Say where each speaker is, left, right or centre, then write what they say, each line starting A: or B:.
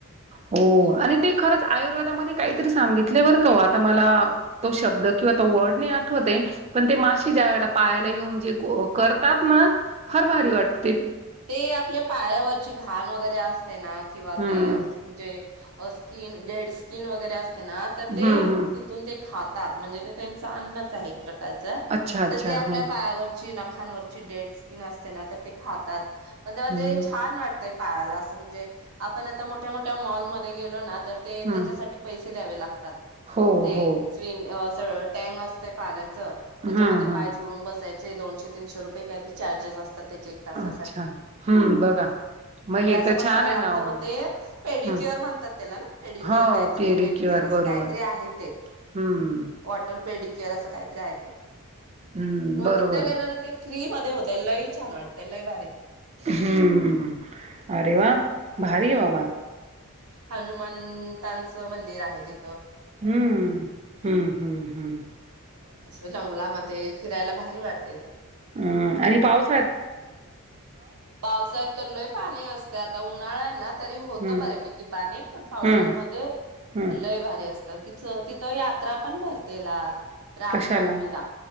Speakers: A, on the right; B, on the right.
A: हो आणि ते खरंच आयुर्वेदामध्ये काहीतरी सांगितलय बरं का ओ आता मला तो शब्द किंवा तो वर्ड नाही आठवते, पण ते माशे ज्या वेळेला पायाला येऊन जे करतात ना, फार भारी वाटत.
B: ते आपल्या पायावरची घाण वगैरे असते ना किंवा
A: हम्म
B: ते जे आ स्किन डेड स्किन वगैरे अस ना तर ते
A: हम्म हम्म
B: तिथून ते खा. तात म्हणजे ते त्यांचं अन्नच आहे. प्रकरचा
A: अच्छा अच्छा
B: ते आपल्या
A: हम्म
B: पायावरची नखांवरची डेड स्किन असते ना ते तर खात. तात म्ह म
A: हम्म
B: ते छान वाटतय पायाला असं म्हणजे आपण आता मोठ्या मोठ्या मॉल मध्ये गेलो ना तर ते
A: हम्म
B: त्याच्यासाठी पैसे ते द्यावे ला.
A: हो
B: ते
A: हो
B: स्विम त टँग असते पाण्यात. त्याच्यामध्ये
A: हम्म हम्म
B: पाय सोडून बसाय. दोनशे, तीनशे, रुपये काहीतरी चार्जेस असतात त्याचे. तसाठी
A: अच्छा हम्म बघा मग हे
B: अस
A: तर
B: बसा
A: छान आहे
B: लागत
A: ना ओ
B: मग ते पेडीक्युअर
A: हम्म
B: म्हणतात त्याला ना, पेडिक्युअर
A: हो
B: काहीतरी,
A: पीडी
B: मेनिक्यूर
A: क्यू आर
B: अस
A: बरोबर
B: काहीतरी, आहे ते
A: हम्म
B: वॉटरपेडी केअर, असं काहीतरी आहे ते.
A: हम्म
B: हो
A: बरोबर
B: तिथं गेला ना ते. फ्री मध्ये होत लई छान वाट ते लयी भारी.
A: हूं अरे वा भारी वाबा
B: हनुमंतांचं मंदिर आहे ती
A: हूं हूं हूं! हूं!
B: असं जंगलामध्ये फिरायला बाहे वाात <unintelligible>
A: हं. पाऊस.
B: पावसळ्या त लोय पाणी असत आता उन नारायणनाथ. तरी
A: हम्म
B: होत बऱ्यापैकी पाणी, पण पावसाळ्यामध्ये
A: हम्म हम्म
B: लय भारी असत. तर तिच तिथं यात्रा, पण भरतेला. राम
A: कशाला
B: नवमीला,